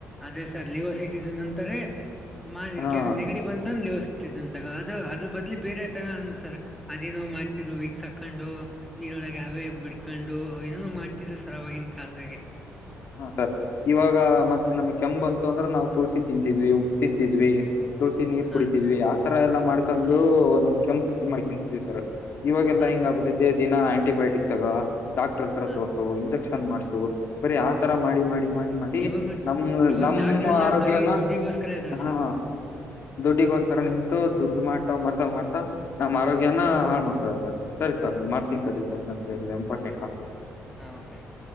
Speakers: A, in the centre; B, on the left (about 50°).
A: ಅದೇ ಸರ್ ಲಿವೋ ಸಿಟಿಜನ್ ಅಂತಾರೆ <unintelligible>
B: ಹಾ
A: ನೆಗಡಿ ಬಂತಂದ ಲಿವೋ <unintelligible> ತಗ ಅದ ಅದ್ರ ಬದ್ಲಿ ಬೇರೆ ತಗ ಅಂದಸರ್ ಅದೇನೋ ಮಾಡ್ತಿರು ವೀಕ್ಸ ಆಕೊಂಡು ನೀರೊಳಗೆ ಹವೇ ಬಿಡ್ಕೊಂಡು ಏನನು ಮಾಡ್ತಿದ್ರು ಸರ್ ಅವಾಗಿನ ಕಾಲದಾಗೆ.
B: ಹಾ ಸರ್ ಇವಾಗ ಮತ್ತೆ ನಮಗ ಕೆಮ್ಮು ಬಂತದ್ರು ಅಂದ್ರೆ ನಾವು ತುಳ್ಸಿ ತಿಂತಿದ್ವಿ ಉಪ್ಪ ತಿಂತಿದ್ವಿ ತುಳ್ಸಿ ನೀರ್
A: ಹಾ
B: ಕುಡಿತಿದ್ವಿ ಆತರ ಎಲ್ಲಾ ಮಾಡ್ಕೊಂಡು ನಮ್ ಕೆಮ್ಮು ಸರಿ ಮಾಡ್ಕ್ಯತಿದ್ವಿ ಸರ್. ಇವಾಗಲ್ಲಾ
A: ಹಾ
B: ಹೆಂಗ
A: ಸರ್
B: ಆಗ್ಬಿಟೆತೇ ದಿನ ಆಂಟಿಬಯೋಟಿಕ್ ತಗ ಡಾಕ್ಟರ್ ಹತ್ರ
A: ಹಾ
B: ತೋರ್ಸು ಇಂಜೆಕ್ಷ ಓಪನ್ ಮಾಡಸು ಬರೀ ಆತರಾ ಮಾಡಿ ಮಾಡಿ. ಮಾಡಿ ಮಾಡಿ
A: ಇವಾಗ
B: ನಮ್
A: ಇವಾಗ
B: ನಮ್ಮ
A: ಡಾಕ್ಟರ್ ಎಲ್ಲಾ
B: ಆರೋಗ್ಯನಾ
A: ಬರೀ ದುಡ್ಡಿಗೋಸ್ಕರ ಇದಾರೆ
B: ಹಾ.
A: ಸರ್.
B: ದುಡ್ಡಿಗೋಸ್ಕರ ನಿಂತು ದುಡ್ಡು ಮಾಡ್ತಾ ಮಾಡ್ತಾ ಮಾಡ್ತಾ ನಮ್ಮ ಆರೋಗ್ಯ ನಾ ಹಾಳ ಮಾಡ್ತದ ಸರ್. ಸರಿ ಸರ್ ಮಾಡ್ತನಿ ಸರಿ ಸರಿ ನಂದ ಇಲ್ಲೇ ಇಂಪಾರ್ಟೆಂಟ್ ಕಾಲ್ <inaudible>
A: ಹಾ ಓಕೆ ಸರ್.